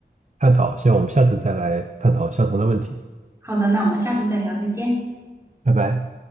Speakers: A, on the right (about 40°); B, on the right (about 15°).
A: 探讨。希望我们下次再来探讨相同的问题。
B: 好的，那我们下次再聊，再见。
A: 拜拜。